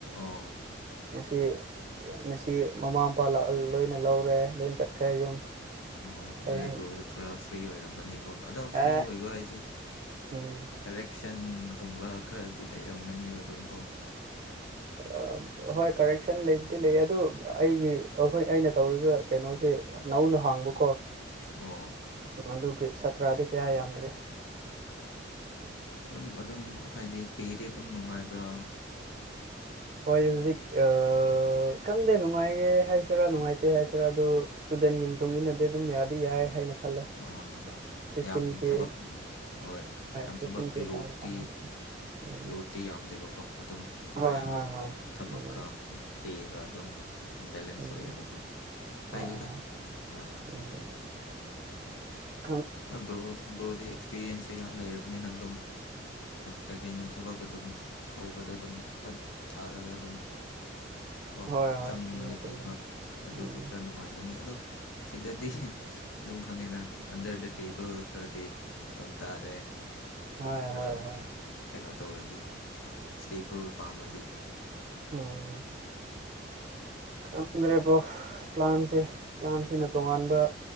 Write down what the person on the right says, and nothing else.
ꯉꯁꯤ ꯉꯁꯤ ꯃꯃꯥ ꯃꯄꯥ ꯂꯣꯏꯅ ꯂꯧꯔꯦ ꯂꯣꯏꯅ ꯆꯠꯈ꯭ꯔꯦ ꯌꯨꯝ
ꯍꯌꯦꯡ
ꯑꯦ
ꯎꯝ
ꯑ ꯍꯣꯏ ꯀꯔꯦꯛꯁꯟ ꯂꯩꯕꯨꯗꯤ ꯂꯩ ꯑꯗꯨ ꯑꯩꯒꯤ ꯑꯩꯈꯣꯏ ꯑꯩꯅ ꯇꯧꯔꯤꯕ ꯀꯩꯅꯣꯁꯦ ꯍꯧꯅ ꯍꯥꯡꯕꯀꯣ
ꯑꯗꯨꯒꯤ ꯁꯥꯇ꯭ꯔꯗꯤ ꯀꯌꯥ ꯌꯥꯝꯗ꯭ꯔꯤ
ꯍꯣꯏ ꯍꯧꯖꯤꯛ ꯑ ꯈꯪꯗꯦ ꯅꯨꯡꯉꯥꯏꯌꯦꯦꯍꯥꯏꯁꯤꯔꯥ ꯅꯨꯡꯉꯥꯏꯇꯦ ꯍꯥꯏꯁꯤꯔꯥ ꯑꯗꯨ ꯗꯤꯟꯒꯤ ꯃꯇꯨꯡ ꯏꯟꯅꯗꯤ ꯑꯗꯨꯝ ꯌꯥꯗꯤ ꯌꯥꯏ ꯍꯥꯏꯅ ꯈꯜꯂꯦ
ꯐꯤꯐꯇꯤꯟ
ꯀꯦ
ꯐꯤꯐꯇꯤꯟ
ꯀꯦ
ꯆꯥꯡꯗ ꯐꯪꯉꯦ ꯎꯝ
ꯍꯣꯏ ꯍꯣꯏ ꯍꯣꯏ
ꯎꯝ
ꯎꯝ
ꯍꯣꯏ ꯍꯣꯏ
ꯎꯝ <inaudible>
ꯍꯣꯏ ꯍꯣꯏ
ꯆꯨꯝꯃꯦ ꯆꯨꯝꯃꯦ
ꯎꯝ
ꯍꯣꯏ
ꯍꯣꯏ ꯍꯣꯏ
ꯎꯝ ꯈꯪꯗ꯭ꯔꯦꯕ꯭ꯔꯣ ꯄ꯭ꯂꯥꯟꯁꯦ ꯄ꯭ꯂꯥꯟꯁꯤꯅ ꯇꯣꯉꯥꯟꯕ